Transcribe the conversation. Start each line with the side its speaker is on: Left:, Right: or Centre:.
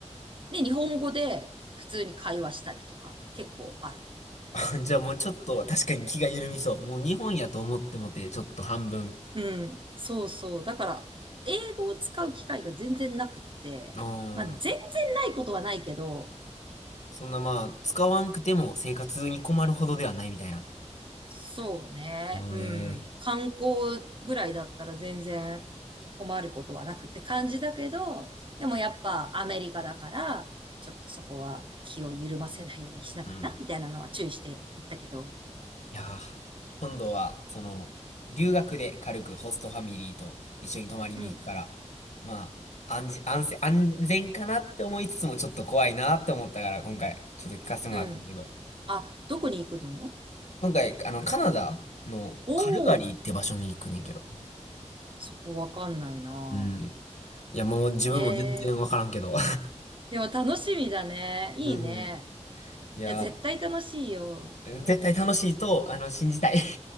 Right: で、日本語で普通に会話したりとか、結構ある。
Left: <laughs> じゃあもうちょっと確かに気が緩みそう。もう日本やと思ってもて、ちょっと半分。
Right: うん。そうそう。だから、英語を使う機会が全然なくって、
Left: あー
Right: まあ、全然ないことはないけど、
Left: そんなまあ、使わんくても生活に困るほどではないみたいな。
Right: そうね。うん。
Left: ああ、ええ
Right: 観光ぐらいだったら全然困ることはなくって感じだけど、でもやっぱアメリカだから、ちょっとそこは気を緩ませないようにしなきゃな、
Left: うん。
Right: みたいなのは注意していったけど。
Left: いやー、今度は、その、留学で軽くホストファミリーと一緒に泊まりに行くから、
Right: うん。
Left: まあ、安全、安全、安全かなって思いつつもちょっと怖いなって思ったから、今回、ちょっと聞かせてもらったけど。
Right: うん。あ、どこに行くの
Left: 今回、あの、カナダのカルガリーって場所に行くねんけど。
Right: おおーそこわかんないな
Left: うん。いや、もう自分も全然わからんけど。
Right: ええー。でも楽しみだね。
Left: <laughs>
Right: いいね。
Left: うん。いや
Right: いや、絶対楽しいよ。
Left: ー、絶対楽しいと、あの、信じたい。